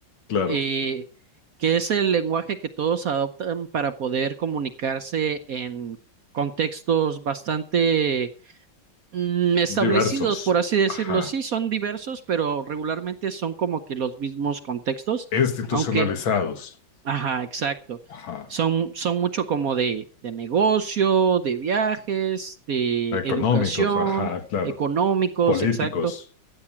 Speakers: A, on the left; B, on the right.
A: Claro,
B: eh, que es el lenguaje que todos adoptan para poder comunicarse en contextos bastante mm, establecidos,
A: diversos,
B: por así decirlo.
A: ajá,
B: Sí, son diversos, pero regularmente son como que los mismos contextos,
A: institucionalizados,
B: aunque, ajá, exacto.
A: ajá,
B: Son, son mucho como de, de negocio, de viajes, de
A: económicos,
B: educación,
A: ajá, claro,
B: económicos,
A: políticos,
B: exacto